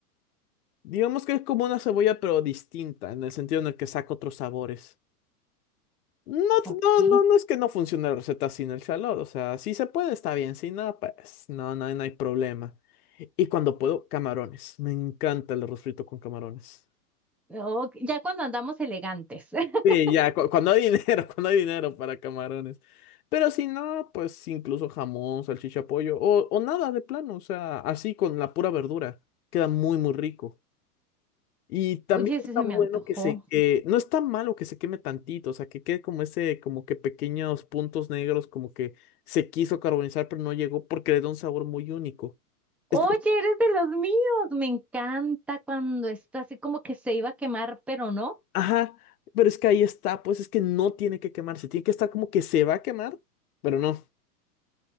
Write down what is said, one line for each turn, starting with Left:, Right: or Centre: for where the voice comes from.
Left: Digamos que es como una cebolla, pero distinta, en el sentido en el que saca otros sabores. No,
Centre: Ok.
Left: no, no, no es que no funcione la receta sin el calor, o sea, si se puede, está bien, si no, pues no, no, no hay problema. Y cuando puedo, camarones. Me encanta el arroz frito con camarones.
Centre: Ok, Ya cuando andamos elegantes. <laughs>
Left: Sí, ya, cu- cuando hay dinero, <laughs> cuando hay dinero para camarones. Pero si no, pues incluso jamón, salchicha, pollo o, o nada de plano, o sea, así con la pura verdura. Queda muy, muy rico. Y también
Centre: Oye, ese
Left: está
Centre: se
Left: bueno
Centre: me antojó.
Left: que se, que- no está malo que se queme tantito, o sea, que quede como ese, como que pequeños puntos negros, como que se quiso carbonizar, pero no llegó porque le da un sabor muy único.
Centre: Oye,
Left: Es-
Centre: eres de los míos. Me encanta cuando está así como que se iba a quemar, pero no.
Left: Ajá, pero es que ahí está, pues es que no tiene que quemarse, tiene que estar como que se va a quemar, pero no.